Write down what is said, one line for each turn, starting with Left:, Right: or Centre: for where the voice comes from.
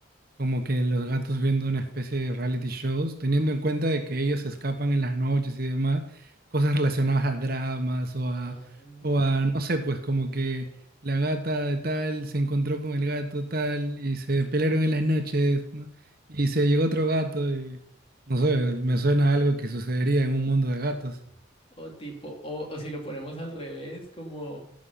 Right: como que los gatos viendo una especie de reality shows, teniendo en cuenta de que ellos se escapan en las noches y demás, cosas relacionadas a dramas o a,
Left: Ay.
Right: o a, no sé, pues como que la gata de tal se encontró con el gato tal y se pelearon en las noches, ¿no? Y se llegó otro gato y, no sé, me suena a algo que sucedería en un mundo de gatos.
Left: O tipo, o, o si lo ponemos al revés, como,